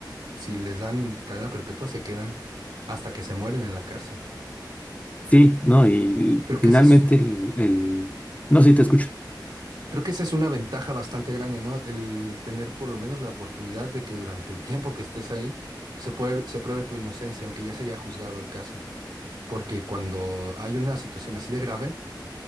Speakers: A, on the right (about 65°); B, on the left (about 20°).
A: si les dan cadena perpetua se quedan hasta que se mueren en la cárcel.
B: Sí, no, y
A: Creo
B: finalmente
A: que ese es
B: el, el- No, sí, te escucho.
A: Creo que esa es una ventaja bastante grande, ¿no? El tener por lo menos la oportunidad de que durante el tiempo que estés ahí se pruebe, se pruebe tu inocencia, aunque ya se haya juzgado el caso. Porque cuando hay una situación así de grave,